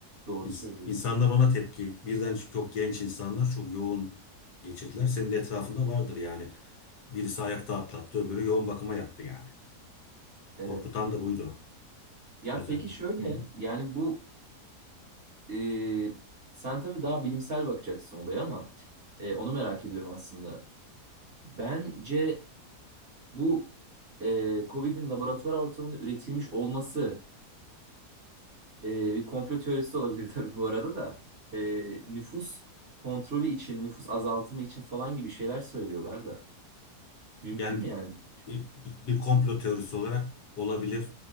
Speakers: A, on the right; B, on the left.
A: Doğru
B: İns-
A: söylüyorsun.
B: İnsanlar ona tepki. Birden çok genç insanlar çok yoğun geçirdiler. Senin de etrafında vardır yani. Birisi ayakta atlattı, öbürü yoğun bakıma yattı yani.
A: Evet.
B: Korkutan da buydu.
A: Ya
B: Özel.
A: peki şöyle
B: Hı hı.
A: yani bu e, sen tabii daha bilimsel bakacaksın olaya ama e, onu merak ediyorum aslında. Bence bu e, Covid'in laboratuvar ortamında üretilmiş olması e, bir komplo teorisi de olabilir <laughs> tabii bu arada da E, nüfus kontrolü için, nüfus azaltımı için falan gibi şeyler söylüyorlar da. Mümkün
B: Yani
A: mü yani bu şey?
B: bir, bir komplo teorisi olarak olabilir.